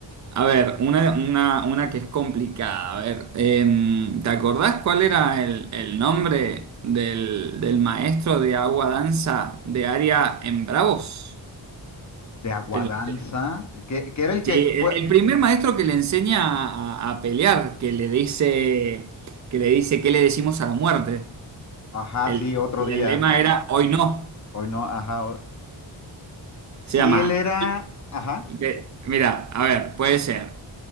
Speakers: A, on the right (about 40°); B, on the left (about 35°).
A: a ver, una, una, una que es complicada. A ver, em, ¿te acordás cuál era el, el nombre del, del maestro de agua danza de área en Bravos?
B: De Aguadanza,
A: Te lo- te-
B: que, que era el que
A: Sí, el
B: fue.
A: el primer maestro que le enseña a, a- a pelear, que le dice, que le dice, ¿qué le decimos a la muerte?
B: Ajá,
A: El-
B: sí, otro
A: y
B: día.
A: el lema era, hoy no.
B: <laughs> Hoy no, ajá. o- Sí,
A: Se llama,
B: él era, ajá,
A: de- mira, a ver, puede ser